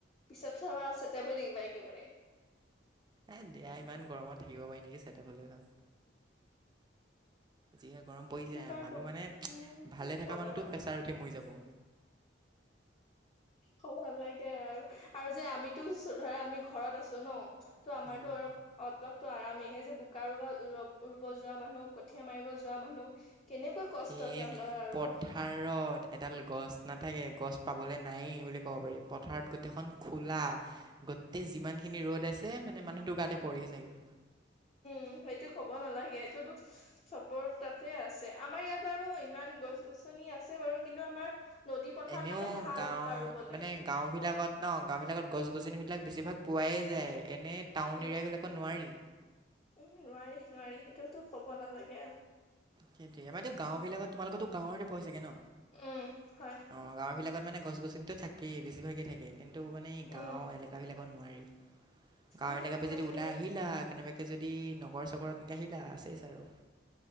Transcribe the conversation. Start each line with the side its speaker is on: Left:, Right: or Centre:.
Left: পিছত চাবা চেটেপ হৈ থাকিবা একেবাৰে।
Right: এই দিয়া ইমান গৰমত থাকিব পাৰি নেকি, চেটেপ হ'লেই ভাল। যিহে গৰম পৰিছে,
Left: মোৰ বাৰু
Right: মানুহ মানে
Left: উম
Right: ভালে থকা
Left: ক'ব
Right: মানুহতটো
Left: ন
Right: প্ৰেছাৰ উঠি মৰি যাব।
Left: ক'ব নালাগে আৰু। আৰু যে আমিতো ধৰা আমি ঘৰত আছো ন। ত' আমাৰতো
Right: উম,
Left: অলপ অলপ টো আৰামেই হে যে বোকা ৰুব, ৰ-ৰুব যোৱা মানুহ কঠিয়া মাৰিব যোৱা মানুহ কেনেকুৱা কষ্ট
Right: কি
Left: সিহঁতৰ আৰু
Right: পথাৰত এডাল গছ না থাকে গছ পাবলৈ নায় বুলি ক'ব পাৰি, পথাৰত গোটেইখন খোলা। গোটেই যিমান খিনি ৰ'দ আছে, মানে মানুহটো গাতে পৰহি চাগে।
Left: উম' সেইটো ক'ব নালাগে এইটোতো চবৰ তাতে আছে আমাৰ ইয়াত বাৰু ইমান গছ গছনি আছে বাৰু, কিন্তু আমাৰ নদী পথাৰত
Right: এনেওঁ
Left: মানে ভাল
Right: গাওঁ,
Left: বোকা ৰুবলে
Right: মানে গাওঁ বিলাকত ন, গাওঁবিলাকত গছ গছনিবিলাক বেছিভাগ পোৱাই যায়। এনে টাউন
Left: উম
Right: এৰিয়াবিলাকত নোৱাৰি।
Left: উম' নোৱাৰি নোৱাৰি সেইটোতো ক'ব নালাগে আৰু।
Right: সেইটোয়ে বাইদেউ গাওঁবিলাকত তোমালোকো গাৱতে পৰা চাগে ন,
Left: উম, হয়
Right: অহ গাওঁবিলাকত মানে গছ গছনিতো থাকেই বেছিভাগেই থাকে, কিন্তু মানে এই গাঁও
Left: উম,
Right: এলেকাবিলাকত নোৱাৰি। গাঁৱলীয়া
Left: উম,
Right: পৰা
Left: নাথাকে
Right: যদি ওলাই আহিলা, কেনেবাকে যদি নক নগৰ-চগৰ এনেকে আহিলা, চেছ আৰু।